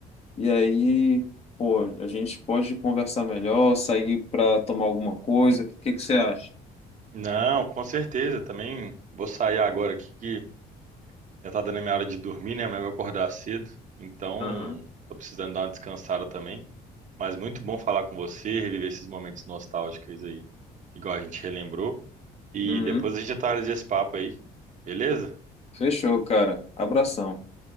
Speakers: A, on the left; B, on the right.
A: E aí, pô, a gente pode conversar melhor, sair pra tomar alguma coisa. O que que você acha?
B: Não, com certeza. Também vou sair agora aqui que já tá dando a minha hora de dormir, né? Mas eu vou acordar cedo. Então,
A: Aham.
B: tô precisando dar uma descansada também. Mas muito bom falar com você, reviver esses momentos nostálgicos aí, igual a gente relembrou. E
A: Uhum.
B: depois a gente atualiza esse papo aí, beleza?
A: Fechou, cara. Abração.